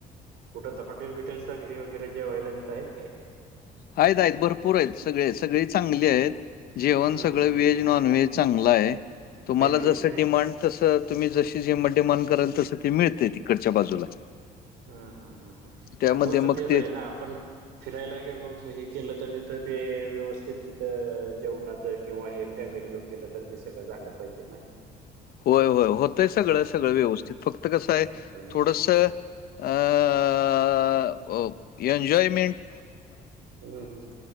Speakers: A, on the right; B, on the left.
A: कुठं तर हॉटेल बिटेल चांगली वगैरे जेवायला तिथं आहेत काय?
B: आहेत आहेत भरपूर आहेत सगळे सगळे चांगलेयत. जेवण
A: ह
B: सगळं
A: ह ह
B: व्हेज
A: ह
B: नॉन व्हेज चांगलाय तुम्हाला
A: मिळते
B: जसं
A: काय
B: डिमांड तसं तुम्ही जशी डिमांड कराल तसं ते मिळतय तिकडच्या बाजूला.
A: हम हं हं
B: त्यामध्ये
A: महत्वाचं
B: मग
A: तेच
B: ते
A: आहे ना, आपण फिरायला गेलो हे केलं तर तर ते व्यवस्थित तिथं जेवणाचं किंवा हे फॅमिली घेऊन गेलं तर ते सगळं झालं पहिजे ना.
B: होय होय होतंय सगळं
A: हं हं
B: सगळं व्यवस्थित फक्त कसंय
A: चांगलं चांगलं
B: थोडस <unintelligible> एंजॉयमेंट
A: हम् हम